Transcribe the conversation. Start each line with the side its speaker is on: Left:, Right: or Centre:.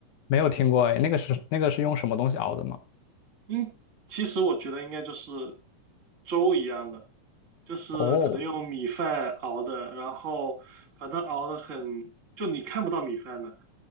Left: 没有听过诶，那个是那个是用什么东西熬的吗？
Right: 嗯，其实我觉得应该就是粥一样的。就是可能用米饭熬的，
Left: 哦
Right: 然后反正熬的很，就你看不到米饭的，